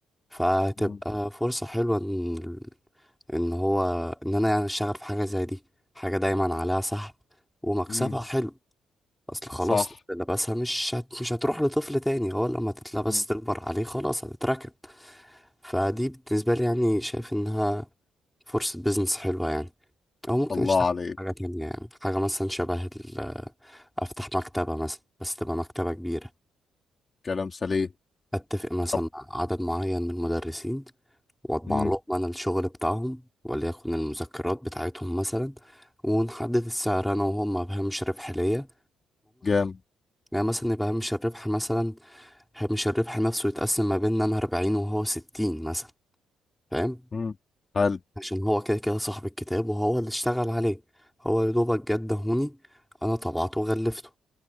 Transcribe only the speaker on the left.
مم.
مم.
صح
مم.
الله
عليك
كلام سليم
طب
امم
جام
امم حلو